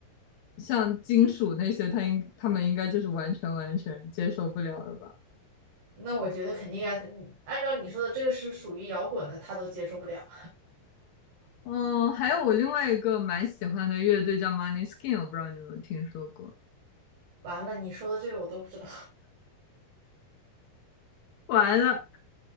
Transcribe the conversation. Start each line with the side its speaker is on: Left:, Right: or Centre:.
Left: 像金属那些，他应他们应该就是完全完全接受不了的吧？
Right: 那我觉得肯定啊，嗯按照你说的，这个是属于摇滚的，他都接受不了。
Left: 嗯，还有我另外一个蛮喜欢的乐队叫 m o n e y s k i n 我不知道你有没有听说过。
Right: 完了，你说的这个我都不知道。
Left: 完了，